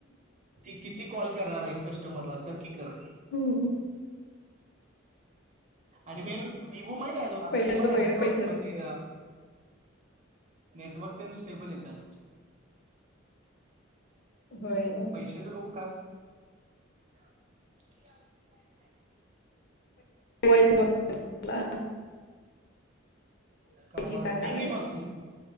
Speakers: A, on the right; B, on the left.
A: ती किती कॉल करणार आहेस. क कस्मरला कर. कर
B: हम्म
A: आणि मेन विवो माहिताय तुला
B: पैशाच
A: स्टेबल आहे.
B: वगैरे
A: नेटवर्क
B: पैशाच
A: म्हणजे नेटवर्क तेन स्टेबल येतात.
B: होय
A: पैशाच <inaudible> काय. <inaudible>
B: होयच बघ मला
A: कमवा
B: सांगालायस
A: दिकी मग तू